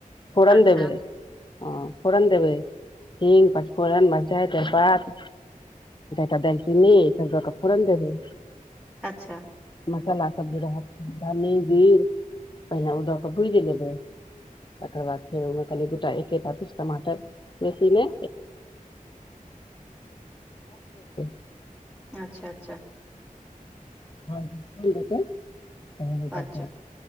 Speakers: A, on the left; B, in the centre.
A: फोरन
B: अच्छा
A: देबही। हँ फोरन देबै हींग पचफोरन मेरचाइ तेरपात। दाल चिनी सबक फोरन देबही।
B: अच्छा
A: मसाला सब जे रहत धन्नी जीर पहिने ओ दऽ कऽ भुज लेबै। तकर बाद फेर ओप म दु टा एक टमाटर कुछ टमाटर बेसी ना। <inaudible>
B: अच्छा अच्छा।
A: जेत कह भऽ पत
B: अच्छा